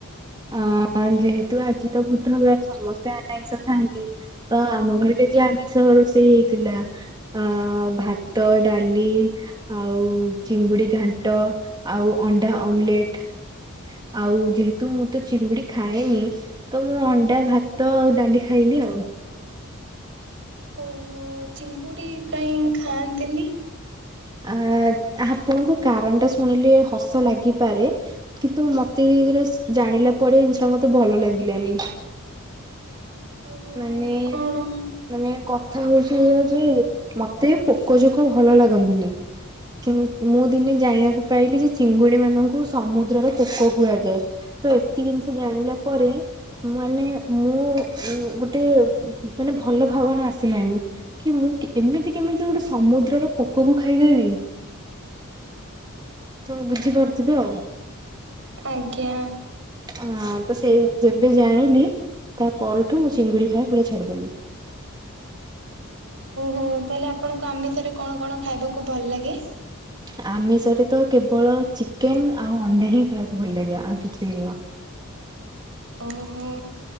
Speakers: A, on the right; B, on the right.
A: ଆଁ ଯେହେତୁ ଆଜି ତ ବୁଧବାର ସମସ୍ତେ ଆଇଁଷ ଖାଆନ୍ତି। ତ ଆମ ଘରେ ବି ଆମିଷ ରୋଷେଇ ହେଇଥିଲା। ହଁ ଭାତ, ଡାଲି ଆଉ ଚିଙ୍ଗୁଡି ଘାଣ୍ଟ ଆଉ ଅଣ୍ଡା ଆମଲେଟ୍। ଆଉ ଯେହେତୁ ମୁଁ ତ ଚିଙ୍ଗୁଡି ଖାଏନି। ତ ମୁଁ ଅଣ୍ଡା ଭାତ ଆଉ ଡାଲି ଖାଇଲି ଆଉ।
B: ଓହୋ ଚିଙ୍ଗୁଡି କାଇଁ ଖାଆନ୍ତିନି?
A: ଆ ଆପଣଙ୍କୁ କାରଣଟା ଶୁଣିଲେ ହସ ଲାଗିପାରେ। କିନ୍ତୁ ମତେ ଏକରେ ଜାଣିଲା ପରେ ଜିନିଷଟା ମତେ ଭଲ ଲାଗିଲାନି।
B: ଓହୋ
A: ମାନେ।
B: କଣ
A: ମାନେ କଥା ହଉଛି ଏଇଆ ଯେ ମତେ ପୋକଯୋକ ଭଲ ଲାଗନ୍ତିନି। କି ମୁଁ ଦିନେ ଜାଣି ଆକୁ ପାଇଲି ଯେ ଚିଙ୍ଗୁଡି ମାନଙ୍କୁ ସମୁଦ୍ରର ପୋକ କୁହାଯାଏ। ତ ଏତିକି ଜିନିଷ ଜାଣିଲା ପରେ ମାନେ ମୁଁ ଗୋଟେ ମାନେ ଭଲ ଭାବନା ଆସିଲାଣି। କି ମୁଁ ଏମିତି କେମିତି ଗୋଟେ ସମୁଦ୍ରର ପୋକକୁ ଖାଇଦେବି। ତ ବୁଝିପାରୁଥିବେ ଆଉ
B: ଆଜ୍ଞା।
A: ହଁ ତ ସେଇ ଯେବେ ଜାଣିଲି ତା ପରଠୁ ମୁଁ ଚିଙ୍ଗୁଡି ଖାଇବା ପୁରା ଛାଡ଼ିଦେଲି।
B: ଓ ତାହେଲେ ଆପଣଙ୍କୁ ଆମିଷରେ କଣ କଣ ଖାଇବାକୁ ଭଲ ଲାଗେ?
A: ଆମିଷରେ ତ କେବଳ ଚିକେନ ଆଉ ଅଣ୍ଡା ହିଁ ଖାଇବାକୁ ଭଲ ଲାଗେ ଆଉ କିଛି ବି ନୁହଁ।
B: ଓହୋ।